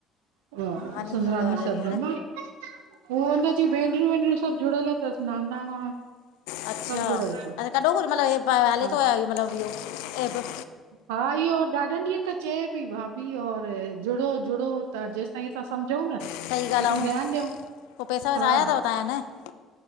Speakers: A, on the right; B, on the left.
A: हां
B: मां ॾींदी
A: सुंदरानी
B: हूंदव ऑर्डर
A: सरनेमु
B: इहो न
A: आ। उहे हुन जी भेनरियूं वेनरियूं सभु जुड़ियल अथसि नानाणा।
B: अच्छा
A: सभु जुड़ियल अथसि
B: कॾो को मतलबु हले
A: हा
B: तो मतलबु इहो ऐपु?
A: हा इहो ॾाढनि ॾींहंनि त चए पई भाभी और जुड़ो जुड़ो त जेसि ताईं असां समुझूं न।
B: सही ॻाल्हि
A: तेसां
B: आहे
A: ध्यानु
B: आ
A: ॾियूं
B: पोइ पैसा वैसा
A: हा
B: आया अथव तव्हां वटि न।